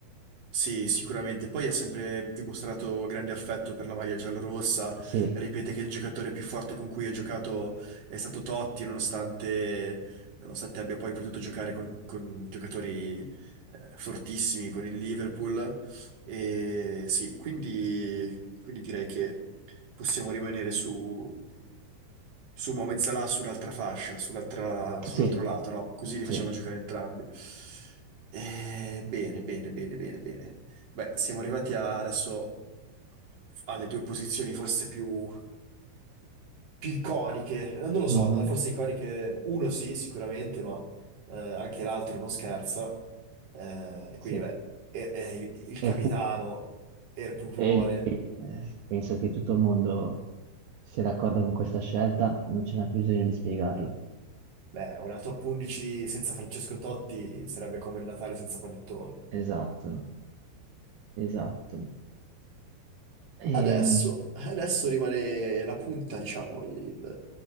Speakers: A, on the right (about 50°); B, on the right (about 85°).
A: Sì, sicuramente. Poi ha sempre dimostrato grande affetto per la maglia giallorossa.
B: Sì,
A: Ripete che il giocatore più forte con cui ha giocato è stato Totti, nonostante, nonostante abbia poi potuto giocare con, con giocatori eh, fortissimi con il Liverpool. E sì, quindi, quindi direi che possiamo rimanere su, su Mohamed Salah sull'altra fascia, sull'altra- sull'altro
B: sì,
A: lato, no? Così li
B: sì.
A: facciamo giocare entrambi. Eh, bene, bene, bene, bene, bene. Beh, siamo arrivati a- adesso alle due posizioni forse più, più iconiche. Eh, Non lo
B: Mhm.
A: so, no, forse iconiche uno sì, sicuramente, ma eh, anche l'altro non scherza. Eh, e
B: Sì.
A: quindi, beh, è- è il il capitano,
B: E il pu-
A: è il pupone.
B: e- e penso che tutto il mondo sia d'accordo con questa scelta, non c'è neanche bisogno di spiegarlo.
A: Beh, una top 11 senza Francesco Totti sarebbe come il Natale senza panettone.
B: Esatto, esatto. Ehm,
A: Adesso, adesso rimane la punta, diciamo, il,